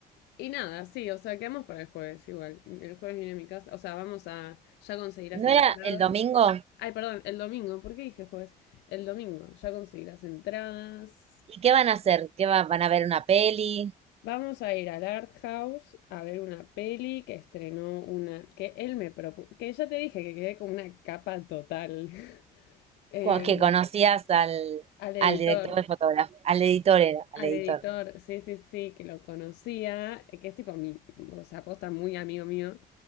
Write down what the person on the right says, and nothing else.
¿No
era el domingo?
¿Y qué van a hacer? ¿Qué va- van a ver una peli?
co- que conocías al,
al director de fotografía, al editor era, al
editor.